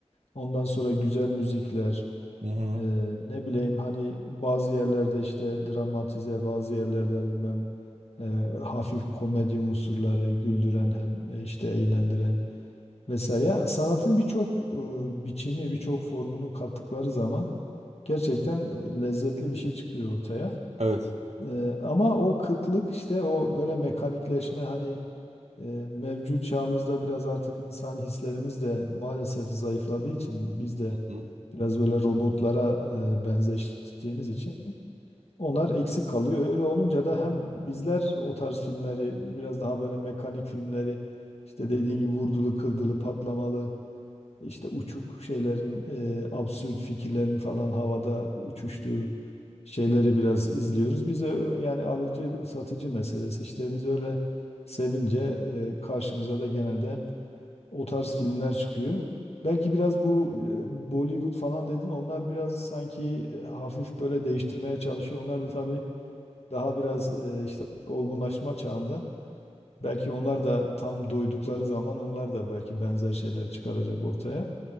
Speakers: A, on the left (about 65°); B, on the right (about 70°).
A: ondan sonra güzel müzikler,
B: Hı hı.
A: e, ne bileyim hani bazı yerlerde işte dramatize, bazı yerlerde bilmem e, hafif komedi unsurları güldüren hem e, işte eğlendiren vesaire. Ya sanatın birçok e, biçimi, birçok formunu kattıkları zaman gerçekten e, lezzetli bir şey çıkıyor ortaya.
B: Evet.
A: E, ama o kıtlık işte o böyle mekanikleşme hani e, mevcut çağımızda biraz artık insan hislerimiz de maalesef zayıfladığı için biz de
B: Hı hı.
A: biraz böyle robotlara e, benzeştiğimiz için onlar eksik kalıyor. Öyle olunca da hem bizler o tarz filmleri biraz daha böyle mekanik filmleri işte dediğin gibi vurdulu, kırdılı, patlamalı işte uçuk şeylerin, e, absürt fikirlerin falan havada uçuştuğu şeyleri biraz izliyoruz. Bize yani alıcı satıcı meselesi işte biz öyle sevince e, karşımıza da genelde o tarz filmler çıkıyor. Belki biraz bu e, Bollywood falan dedin onlar biraz sanki e, hafif böyle değiştirmeye çalışıyor. Onlar da tabii daha biraz e, işte olgunlaşma çağında. Belki onlar da tam doydukları zaman onlar da belki benzer şeyler çıkaracak ortaya.